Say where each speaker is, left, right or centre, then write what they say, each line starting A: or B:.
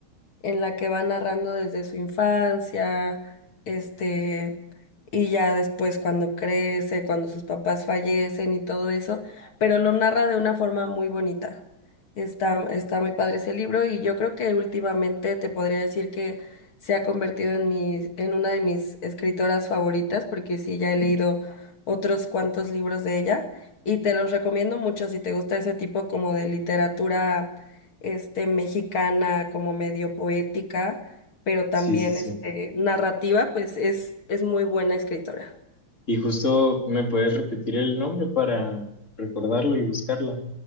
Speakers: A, on the left; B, on the left.
A: en la que va narrando desde su infancia, este, y ya después cuando crece, cuando sus papás fallecen y todo eso, pero lo narra de una forma muy bonita. Está, está muy padre ese libro y yo creo que últimamente te podría decir que se ha convertido en mi, en una de mis escritoras favoritas, porque sí, ya he leído otros cuantos libros de ella y te los recomiendo mucho si te gusta ese tipo como de literatura este, mexicana, como medio poética, pero también
B: sí, sí,
A: este, narrativa, pues es, es muy buena escritora.
B: Y justo me puedes repetir el nombre para recordarlo y buscarla,